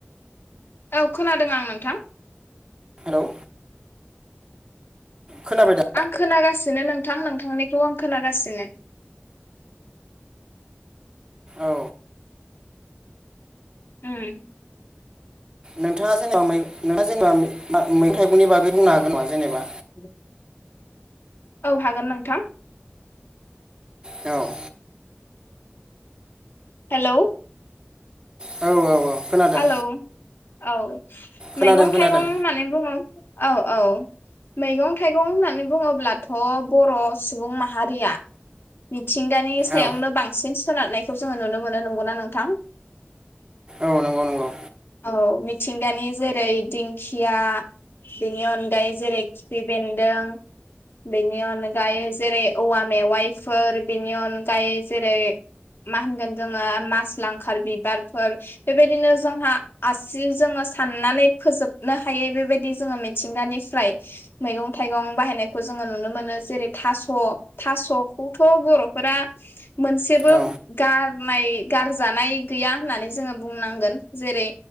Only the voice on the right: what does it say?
हेलौ खोनाबाय दा
औ
नोंथाङा जेनेबा मै नोंथाङा जेनेबा मै मैगं थाइगंनि बागै बुंनो हागोन नामा जेनेबा
औ
औ औ औ खोनादों
खोनादों
खोनादों
औ
औ नंगौ नंगौ
औ